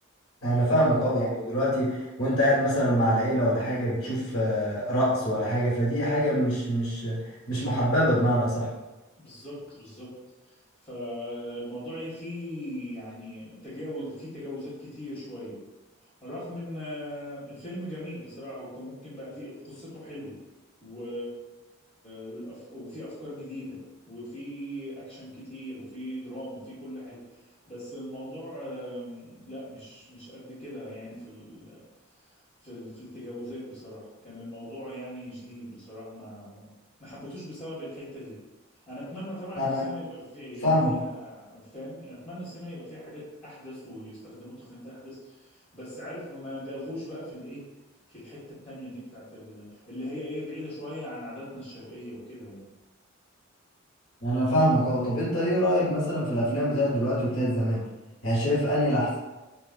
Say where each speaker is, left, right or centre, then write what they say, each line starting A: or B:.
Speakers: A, on the left; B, on the left.
A: ف
B: انا فاهمك اه يعني دلوقتي وانت قاعد مثلا مع العيله ولا حاجه بتشوف آه، رقص ولا حاجه فدي حاجه مش مش مش محببه بمعنى صح
A: بالظبط بالظبط فالموضوع إيه، فيه يعني تجاوز فيه تجاوزات كتير شوية رغم ان آه، الفيلم جميل بصراحة وكان ممكن بقى فيه قصته حلوة و... والأف... وفي افكار جديدة وفي اكشن كتير وفي دراما وفي كل حاجة بس الموضوع آم، لا مش مش قد كده يعني في ال... في ال... في التجاوزات بصراحة كان الموضوع يعني شديد بصراحة ما ما ما حبيتوش بسبب الحتة دي انا اتمنى طبعا
B: لا
A: ان السينما
B: انا
A: يبقى في... يبقى
B: فاهمك
A: فيها فاهم اتمنى السينما يبقى فيها حاجات احدث ويستخدموا تقنيات احدث بس عارف ما بيلغوش بقى في الايه في الحتة التانية دي بتاعت ال... اللي هي ايه بعيدة شوية عن عاداتنا الشرقية وكده يعني
B: انا فاهمك اه طب انت ايه رايك مثلا في الافلام بتاعت دلوقتي وبتاعت زمان يعني شايف انهي الاحسن